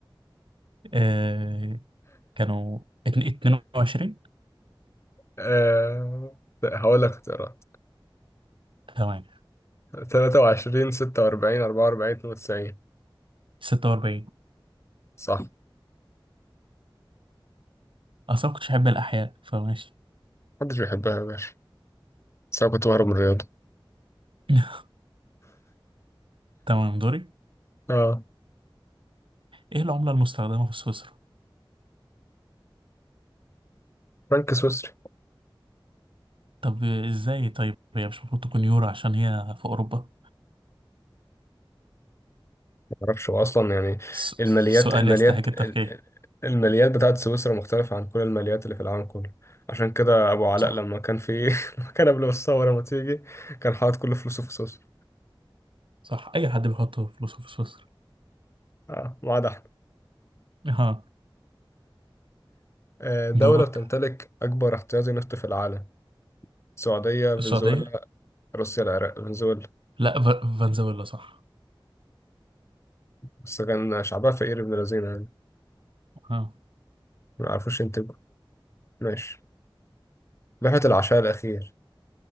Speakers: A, on the right; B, on the left.
A: آه كانوا اتن- 22
B: آه... هقول لك اختيارات
A: تمام
B: 23 46 44 92
A: 46
B: صح
A: أصلا ما كنتش أحب الأحياء فماشي
B: محدش بيحبها يا باشا بس انا كنت بهرب من الرياضه
A: <laughs> تمام دوري
B: اه
A: ايه العملة المستخدمة في سويسرا؟
B: فرانك سويسري
A: طب ازاي طيب هي مش المفروض تكون يورو عشان هي في اوروبا؟
B: ما اعرفش هو اصلا يعني
A: س-
B: الماليات
A: سؤال
B: الماليات
A: يستحق التفكير
B: الماليات بتاعت سويسرا مختلفه عن كل الماليات اللي في العالم كله عشان كده ابو علاء
A: صح
B: لما كان في <laughs> لما كان قبل ما الثوره ما تيجي كان حاطط كل فلوسه في سويسرا
A: صح اي حد بيحط فلوسه في سويسرا
B: اه ما عدا احنا
A: ها
B: آه، دولة
A: دورك
B: بتمتلك أكبر احتياطي نفط في العالم السعودية فنزويلا
A: السعودية؟
B: روسيا العراق فنزويلا
A: لا ف- فنزويلا صح
B: بس كان شعبها فقير ابن لذين يعني
A: ها
B: ما يعرفوش ينتجوا ماشي لوحة العشاء الأخير